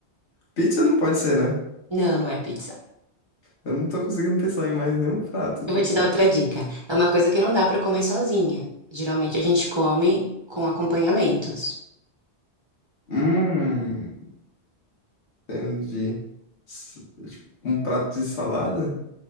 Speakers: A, on the left; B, on the right.
A: Pizza não pode ser, né?
B: Não, não é pizza.
A: Eu não tô conseguindo pensar em mais nenhum prato,
B: Eu
A: tipo.
B: vou te dar outra dica. É uma coisa que não dá pra comer sozinha. Geralmente a gente come com acompanhamentos.
A: Hum, entendi. S- tipo, Um prato de salada?